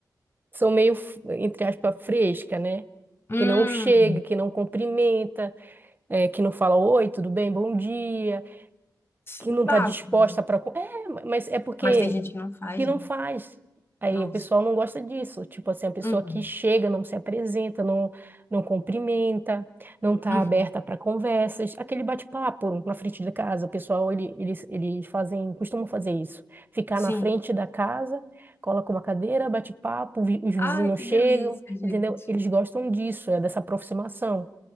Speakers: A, on the right; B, on the left.
A: são meio, f- entre aspas, fresca, né?
B: Hum,
A: Que não chega, que não cumprimenta, eh, que não fala oi, tudo bem, bom dia que
B: o
A: não está
B: básico,
A: disposta
B: né?
A: para. É, mas é porque
B: Mas tem gente que não faz,
A: que não
B: né?
A: faz. Aí
B: Nossa.
A: o pessoal não gosta disso. Tipo assim, a pessoa
B: Uhum.
A: que chega, não se apresenta, não, não cumprimenta, não está
B: Uhum.
A: aberta para conversas. Aquele bate-papo na frente da casa, o pessoal, ele, eles, eles fazem, costumam fazer isso. Ficar
B: Sim.
A: na frente da casa, coloca uma cadeira, bate papo, vi- os vizinhos
B: Ai, que
A: chegam,
B: delícia, gente.
A: entendeu? Eles gostam disso, é dessa aproximação.